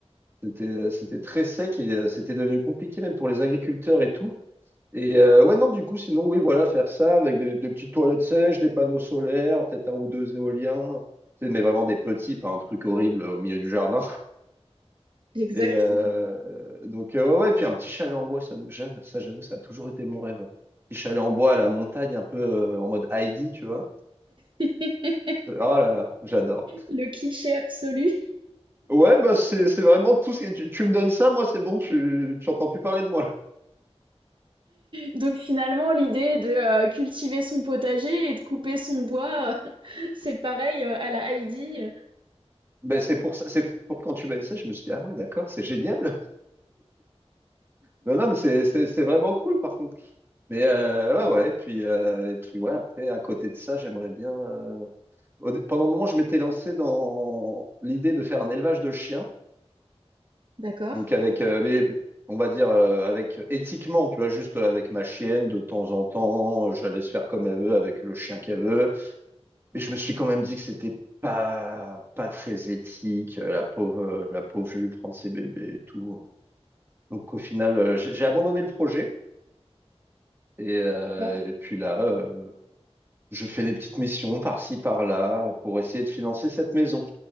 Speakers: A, on the right; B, on the right.
A: C'était, euh, c'était très sec et euh, c'était devenu compliqué même pour les agriculteurs et tout. Et euh, ouais, non, du coup, sinon, oui, voilà, faire ça avec des, des petites toilettes sèches, des panneaux solaires, peut-être un ou deux éoliens. Tu sais, Mais vraiment des petits, pas un truc horrible au milieu du jardin. <laughs>
B: Exactement.
A: Et euh, donc, euh, ouais, ouais, et puis un petit chalet en bois, ça, j'a- ça j'avoue, ça a toujours été mon rêve. Petit chalet en bois à la montagne, un peu euh, en mode Heidi, tu vois.
B: <laughs>
A: Euh, Oh là là, j'adore.
B: Le cliché absolu.
A: Ouais, bah c'est c'est vraiment tout ce que tu, tu me donnes ça, moi c'est bon, tu tu entends plus parler de moi.
B: Donc finalement, l'idée de euh, cultiver son potager et de couper son bois, euh, <laughs> c'est pareil euh, à la Heidi.
A: Ben c'est pour ça, c'est pour- quand tu m'as dit ça, je me suis dit, ah ouais, d'accord, c'est génial. <laughs> Non, non, mais c'est, c'est, c'est vraiment cool par contre. Mais euh, ouais, ouais, puis, euh, et puis ouais, après, à côté de ça, j'aimerais bien. euh, au dé- Pendant un moment, je m'étais lancé dans l'idée de faire un élevage de chiens.
B: D'accord.
A: Donc avec, euh, mais on va dire euh, avec éthiquement, tu vois, juste avec ma chienne, de temps en temps, je la laisse faire comme elle veut avec le chien qu'elle veut. Mais je me suis quand même dit que c'était pas, pas très éthique. euh, La pauvre, euh, la pauvre, je vais lui prendre ses bébés et tout. Donc au final, euh, j'ai j'ai abandonné le projet et, euh,
B: D'accord.
A: et puis là, euh, je fais des petites missions par-ci, par-là pour essayer de financer cette maison.